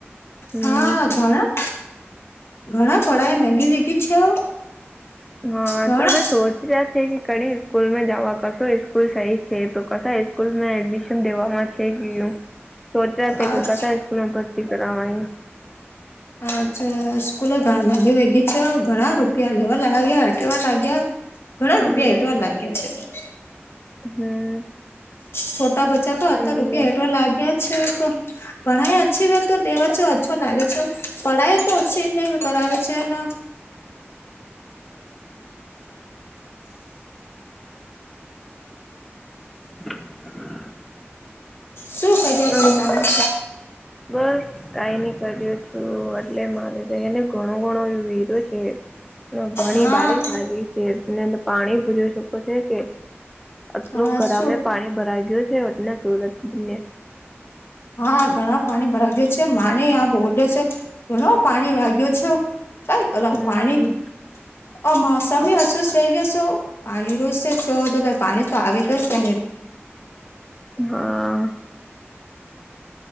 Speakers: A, in the centre; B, on the left.
A: હમ
B: હા ઘણા ઘણા કળાયા મેગી વેગી છે.
A: હા
B: ઘણા
A: તોમે શો છે કે કડી સ્કૂલ માં જવા કશો સ્કૂલ સહી છે તો કશા સ્કૂલમાં એડમિશન દેવામાં છે. ું સોચ્યા
B: અચ્છા
A: કે ક સ્કૂલ માં ભરતી કરવા
B: હાછાકુલો ભી ભેગી છે ઘણા રૂપિયા લેવા લાગ્યા હટવા લાગ્યા <unintelligible> ઘણા રૂપિયા
A: હમ
B: હેઠવા લાગ્યા છે.
A: હમ
B: છોટા બચ્ચા ક અત
A: એનડીએ
B: રૂપિયા એટવા લાગ્યા છે તો, પઢાય અચછી હો તો દવા છે અ્છો લાગે છે પઢાય તો ઓછી નને કરાવે છેને
A: હ
B: શું કર્યા
A: અનેસ્
B: છો તમે?
A: બસ કઈ નઈ કર્યો છું એટલે મારે તો એને ઘણો ઘણો એ વિધો છે. ઘણી
B: હા
A: બારીારી છે પાણી ભ જોઈ શકો છે કે અત્ર
B: હા
A: ગરામે
B: શું
A: પાણી ભરાઈ ગયું છે એટના સુરતને
B: હા ઘણા પાણી ભરા ગ્યું છે મારે આ બોડ્યો છે. ઘણો પાણી વાગ્યો છો. કઈ કલ
A: હમ
B: પાણી અમ મોસમી હશો શેર છો. પાણી રોજશે છો દો ભાઈ પાણી તો આવી ગ તને
A: હા